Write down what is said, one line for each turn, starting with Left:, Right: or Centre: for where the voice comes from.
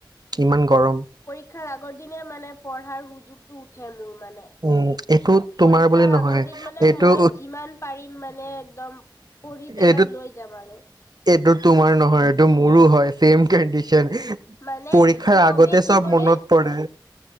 Right: কিমান গৰম।
Left: শিক্ষাৰ আগৰ দিনে মানে পঢ়াৰ সুযোগতটো উঠে মোৰ। মানে।
Right: উম, এইটো তোমাৰ
Left: পৰীক্ষাৰ
Right: বুলি নহয়
Left: আগৰ দিন মানে
Right: এইটো
Left: মই যিমান পাৰিম মানে একদম পঢ়ি পেলাই
Right: এইটো
Left: লৈ যাম আৰু
Right: এইটো তোমাৰ নহয়। টো মোৰো হয় চেম কণ্ডিচন।
Left: মানে
Right: পৰীক্ষাৰ
Left: চবেই
Right: আগতে চব
Left: কি কৰে
Right: মনত পৰে।